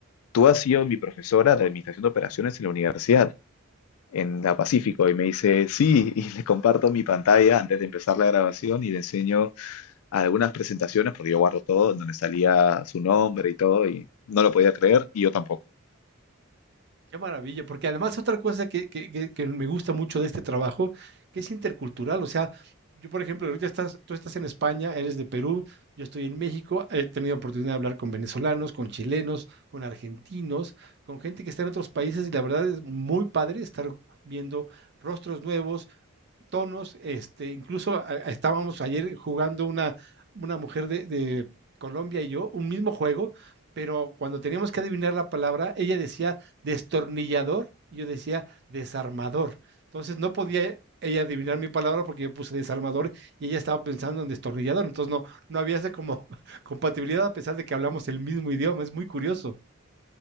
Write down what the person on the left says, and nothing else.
tú has sido mi profesora de Administración de Operaciones en la universidad, en la Pacífico, y me dice, sí, y le comparto mi pantalla antes de empezar la grabación y le enseño algunas presentaciones, porque yo guardo todo, en donde salía su nombre y todo, y no lo podía creer, y yo tampoco.